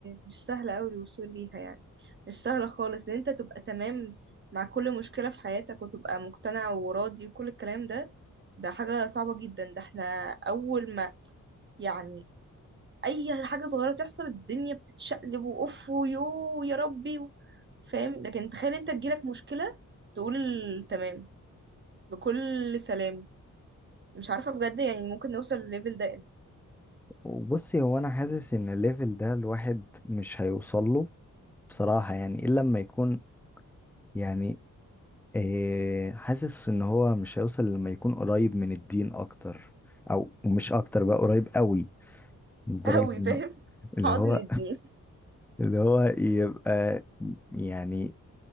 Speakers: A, on the right; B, in the centre.
A: مش سهله قوي الوصول ليها يعني مش سهله خالص ان انت تبقى تمام مع كل مشكله في حياتك وتبقى مقتنع وراضي وكل الكلام ده ده حاجه صعبه جدا ده احنا اول ما يعني اي حاجه صغيره تحصل الدنيا بتتشقلب واوف ويو يا ربي و... فاهم لكن تخيل انت تجيلك مشكله تقول تمام بكل سلام مش عارفه بجد يعني ممكن نوصل للليفل ده امتى
B: وبصي هو انا حاسس ان الليفل ده الواحد مش هيوصل له بصراحة يعني الا لما يكون يعني إيه حاسس ان هو مش هيوصل لما يكون قريب من الدين اكتر او مش اكتر بقى قريب قوي لدرجة
A: قوي
B: ان
A: فاهم <laughs>
B: اللي
A: حاضن
B: هو
A: الدين
B: اللي هو يبقى يعني